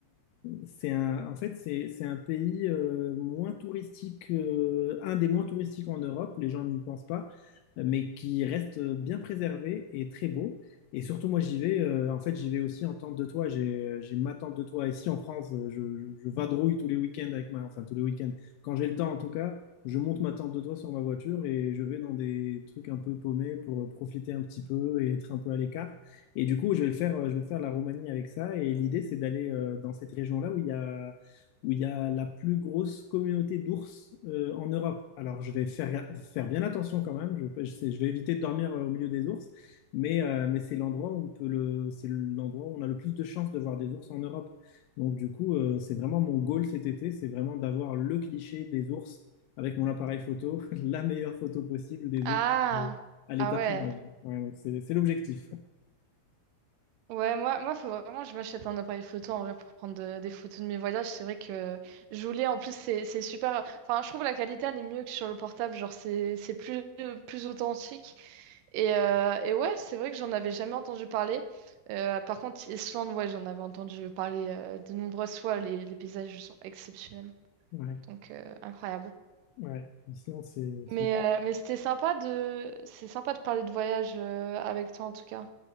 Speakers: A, on the left; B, on the right.
A: c'est un en fait c'est c'est un pays euh, moins touristique, euh, un des moins touristiques en Europe, les gens n'y pensent pas, mais qui reste bien préservé et très beau. Et surtout, moi, j'y vais. euh, en fait, j'y vais aussi en tente de toit. J'ai, j'ai ma tente de toit ici en France. euh, Je, je- je vadrouille tous les week-ends avec ma, enfin tous les week-ends. Quand j'ai le temps, en tout cas, je monte ma tente de toit sur ma voiture et je vais dans des trucs un peu paumés pour euh, profiter un petit peu et être un peu à l'écart. Et du coup, je vais le faire, euh, je vais faire la Roumanie avec ça. Et l'idée, c'est d'aller euh, dans cette région-là où il y a où il y a la plus grosse communauté d'ours euh, en Europe. Alors, je vais faire, faire bien attention quand même. Je, je sais- je vais éviter de dormir euh, au milieu des ours. Mais, euh, mais c'est l'endroit où on peut le, c'est l'endroit où on a le plus de chances de voir des ours en Europe. Donc du coup, euh, c'est vraiment mon goal cet été, c'est vraiment d'avoir le cliché des ours avec mon appareil photo, <laughs> la meilleure photo possible des
B: Ah,
A: ours euh, à l'état
B: ah ouais.
A: sauvage. Ouais, donc c'est c'est l'objectif.
B: Ouais, moi, moi, faut vraiment que je m'achète un appareil photo en vrai pour prendre de- des photos de mes voyages. C'est vrai que je voulais, en plus, c'est c'est super. Enfin, je trouve la qualité elle est mieux que sur le portable. Genre, c'est c'est plus, plus authentique. Et, euh, et ouais, c'est vrai que j'en avais jamais entendu parler. Euh, par contre, Islande, ouais, j'en avais entendu parler euh, de nombreuses fois. Les, les paysages sont exceptionnels,
A: Ouais,
B: donc euh, incroyable.
A: ouais. L'Islande, c'est c'est-
B: Mais, euh, mais c'était sympa de, c'est sympa de parler de voyage euh, avec toi en tout cas.